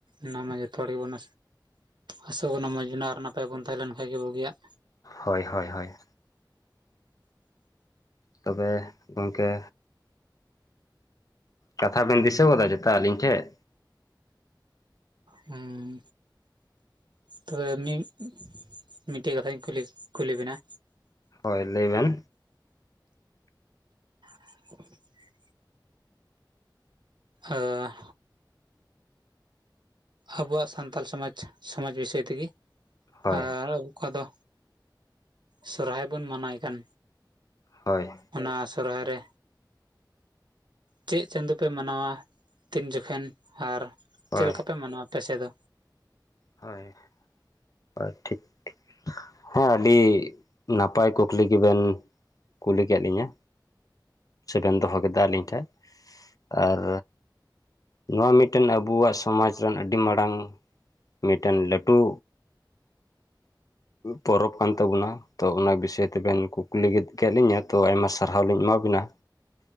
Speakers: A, on the right; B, on the left.
A: ᱚᱱᱟ ᱢᱟ ᱡᱚᱛᱚ ᱦᱚᱲ ᱜᱮᱵᱚᱱ ᱟᱥᱚᱜ ᱠᱟᱱᱟ ᱢᱚᱡᱽ ᱜᱮ ᱟᱨ ᱱᱟᱯᱟᱭ ᱵᱚᱱ ᱛᱟᱦᱮᱸ ᱞᱮᱱ ᱠᱷᱟᱱ ᱜᱮ ᱵᱩᱜᱤᱭᱟᱜ᱾
B: ᱦᱳᱭ, ᱦᱳᱭ-ᱦᱳᱭ᱾ ᱛᱚᱵᱮ ᱜᱚᱝᱠᱮ ᱠᱟᱛᱷᱟ ᱵᱮᱱ ᱫᱤᱥᱟᱹᱣ ᱜᱚᱫᱟ ᱡᱚᱛᱚ ᱟᱹᱞᱤᱧ ᱴᱷᱮᱱ?
A: ᱦᱩᱸ᱾ ᱛᱚᱵᱮ ᱢᱤᱫ, ᱢᱤᱫᱴᱮᱡ ᱠᱟᱛᱷᱟᱧ ᱠᱩᱞᱤ ᱵᱮᱱᱟ?
B: ᱦᱳᱭ ᱞᱟᱹᱭ ᱵᱮᱱ᱾
A: <inaudible> ᱟᱨ᱾ ᱟᱵᱚᱣᱟᱜ ᱥᱟᱱᱛᱟᱞ ᱥᱚᱢᱟᱡᱽ, ᱥᱚᱢᱟᱡᱽ ᱵᱤᱥᱚᱭ ᱛᱮᱜᱮ
B: ᱦᱳᱭ
A: ᱟᱨ᱾ ᱚᱠᱟ ᱫᱚ ᱥᱚᱨᱦᱟᱭ ᱵᱚᱱ ᱢᱟᱱᱟᱣ ᱠᱟᱱ
B: ᱦᱳᱭ᱾
A: ᱚᱱᱟ ᱥᱚᱨᱦᱟᱭ ᱨᱮ ᱪᱮᱫ ᱪᱟᱸᱫᱚ ᱯᱮ ᱢᱟᱱᱟᱣᱟ ᱛᱤᱱ ᱡᱚᱠᱷᱮᱱ ᱟᱨ
B: ᱦᱳᱭ
A: ᱪᱮᱫ ᱞᱮᱠᱟᱯᱮ ᱢᱟᱱᱟᱣᱟ ᱟᱯᱮᱥᱮᱫ ᱫᱚ?
B: ᱦᱳᱭ, ᱦᱳᱭ ᱴᱷᱤᱠ᱾ ᱦᱮᱸ ᱟᱹᱰᱤ ᱱᱟᱯᱟᱭ ᱠᱩᱠᱞᱤ ᱜᱮᱵᱮᱱ ᱠᱩᱞᱤ ᱠᱮᱫ ᱞᱤᱧᱟᱹ? ᱥᱮ ᱵᱮᱱ ᱫᱚᱦᱚ ᱠᱮᱫᱟ ᱟᱹᱞᱤᱧ ᱴᱷᱮᱱ ᱟᱨ ᱱᱚᱣᱟ ᱢᱤᱫᱴᱮᱱ ᱟᱵᱚᱣᱟᱜ ᱥᱚᱢᱟᱡᱽ ᱨᱮᱱ ᱟᱹᱰᱤ ᱢᱟᱨᱟᱝ ᱢᱤᱫᱴᱮᱱ ᱞᱟᱹᱴᱩ ᱯᱚᱨᱚᱵᱽ ᱠᱟᱱ ᱛᱟᱵᱚᱱᱟ ᱛᱚ ᱚᱱᱟ ᱵᱤᱥᱚᱭ ᱛᱮᱵᱮᱱ ᱠᱩᱠᱞᱤ ᱠᱮᱫ ᱞᱤᱧᱟᱹ ᱛᱚ ᱟᱭᱢᱟ ᱥᱟᱨᱦᱟᱣ ᱞᱤᱧ ᱮᱢᱟ ᱵᱤᱱᱟ